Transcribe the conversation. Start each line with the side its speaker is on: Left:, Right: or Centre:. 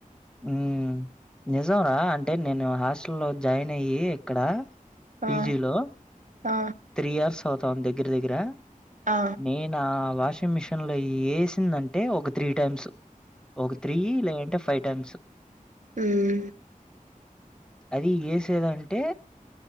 Centre: హు నిజం న రా అంటే నేను హాస్టల్లో జాయిన్ అయి ఇక్కడ పీజీ
Right: ఆ
Centre: లో
Right: ఆ
Centre: త్రీ ఇయర్స్ తమి దగ్గర దగ్గర
Right: ఆ
Centre: నేనా వాషింగ్ మిషన్ లో వేసిందంటే ఒక త్రీ టైమ్స్ ఒక త్రీ లే అంటే ఫైవ్ టైమ్స్
Right: ఉమ్
Centre: అది వేసేదంటే